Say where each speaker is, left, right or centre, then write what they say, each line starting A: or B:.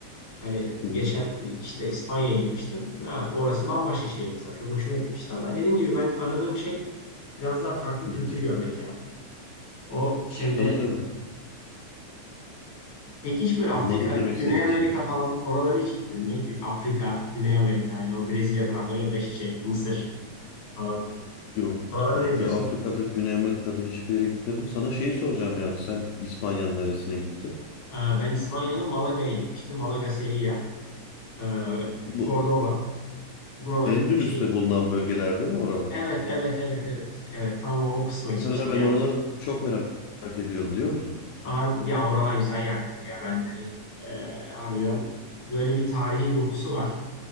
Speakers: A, on the left (about 50°); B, on the left (about 80°).
A: Hani
B: hı hı,
A: geçen işte İspanya'ya gitmiştim. Ha, orası bambaşka şehir mesela. Çok hoşuma gitmişti ama dediğim gibi ben aradığım şey Biraz daha farklı
B: hı
A: kültür
B: hı.
A: görmek ya. O şeyde
B: Tabii tabii.
A: peki hiç böyle Afrika,
B: Anladım demek
A: Güney
B: istediğin
A: Amerika
B: şeyi.
A: falan oralara hiç gittin mi? Gü- Afrika, Güney Amerika yani o Brezilya tarafları ya da işte şey Mısır falan.
B: Yok.
A: Oralara
B: Yok
A: ne diyorsun?
B: ben Afrika'da, Güney Amerika'da hiçbir yere gitmedim. Sana şeyi soracağım yani sen İspanya'nın neresine gittin?
A: Ee, ben İspanya'nın Malaga'ya gitmiştim. Malaga, Sevilla, e,
B: Bu
A: Cordoba. Buraları
B: Endülüs'te
A: bu şey
B: bulunan bölgeler değil mi oralar?
A: Evet, evet, evet, evet. Evet, tam o, o kısma gitmiştim.
B: Mesela ben
A: Yani
B: oraları çok merak ediyorum biliyor musun?
A: harbi, ya oralar güzel yerlerdi ya. Ben hani e, harbiden böyle bir tarihi dokusu var.